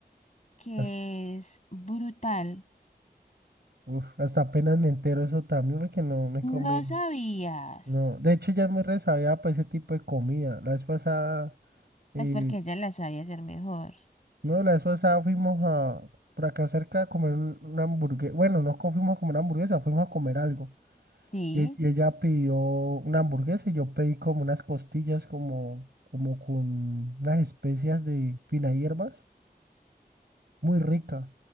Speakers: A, on the left (about 45°); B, on the right (about 80°).
A: que
B: Hasta,
A: es brutal.
B: uf, hasta apenas me entero eso también porque no me he comido.
A: No sabías.
B: No, de hecho ya es muy resabiada para ese tipo de comida. La vez pasada, eh,
A: Pues porque ella la sabía hacer mejor.
B: no, la vez pasada fuimos a, por acá cerca a comer un- una hamburguesa. Bueno, no co- fuimos a comer una hamburguesa, fuimos a comer algo.
A: Sí.
B: Y, y ella pidió una hamburguesa y yo pedí como unas costillas como, como con unas especias de fina hierbas. muy rica.